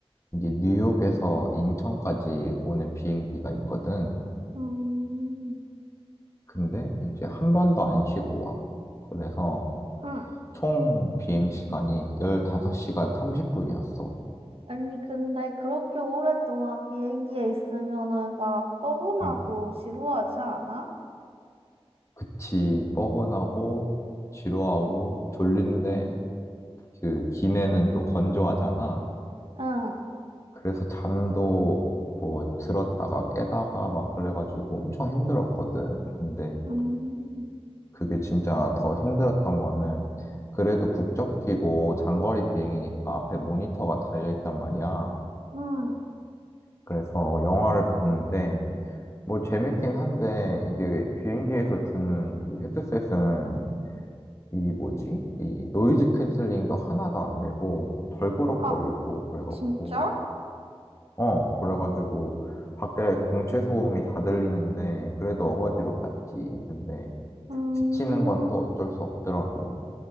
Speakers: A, on the left (about 30°); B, on the right (about 65°).
A: 이제 뉴욕에서 인천까지 오는 비행기가 있거든.
B: 응.
A: 근데 이제 한 번도 안 쉬고 와. 그래서
B: 응.
A: 총 비행 시간이 15시간 30분이었어.
B: 아니, 근데 그렇게 오랫동안 비행기에 있으면은 막 뻐근하고
A: 응.
B: 지루하지 않아?
A: 그치, 뻐근하고 지루하고 졸린데 그 기내는 또 건조하잖아.
B: 응,
A: 그래서 잠도 뭐 들었다가 깨다가 막 그래가지고 엄청 힘들었거든. 근데
B: 음,
A: 그게 진짜 더 힘들었던 거는 그래도 국적 끼고 장거리 비행이니까 앞에 모니터가 달려 있단 말이야.
B: 응.
A: 그래서 영화를 보는데 뭐 재밌긴 한데 이게 비행기에서 주는 그 헤드셋은 이 뭐지? 이 노이즈 캔슬링도 하나도 안 되고 덜그럭거리고
B: 아,
A: 그래갖고
B: 진짜?
A: 어 그래가지고 밖에 동체 소음이 다 들리는데 그래도 어거지로 봤지. 근데
B: 음.
A: 지치는 건 또 어쩔 수 없더라고.